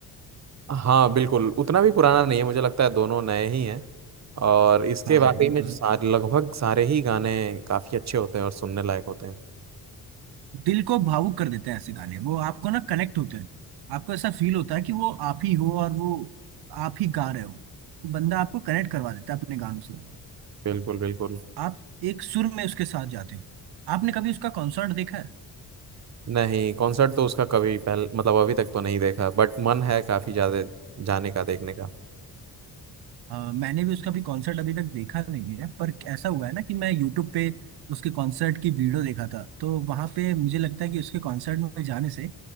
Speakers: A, on the right; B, on the right.
A: हाँ बिल्कुल उतना भी पुराना नहीं है मुझे लगता है दोनों नए ही हैं और इसके
B: हाँ
A: वाकई
B: ये
A: में
B: तो
A: सारे
B: है
A: लगभग सारे ही गाने काफी अच्छे होते हैं और सुनने लायक होते हैं
B: दिल को भावुक कर देते हैं ऐसे गाने वो आपको ना कनेक्ट होते हैं आपको ऐसा फील होता है कि वो आप ही हो और वो आप ही गा रहे हो तो बंदा आपको कनेक्ट करवा देता है अपने गानों से
A: बिल्कुल बिल्कुल
B: आप एक सुर में उसके साथ जाते हो आपने कभी उसका कॉन्सर्ट देखा है
A: नहीं कॉन्सर्ट तो उसका कभी पहले मतलब अभी तक तो नहीं देखा बट मन है काफी ज्यादा जाने का देखने का
B: अ, मैंने भी उसका भी कॉन्सर्ट अभी तक देखा नहीं है पर ऐसा हुआ है ना कि मैं यूट्यूब पे उसके कॉन्सर्ट की वीडियो देखा था तो वहां पे मुझे लगता है कि उसके कॉन्सर्ट में जाने से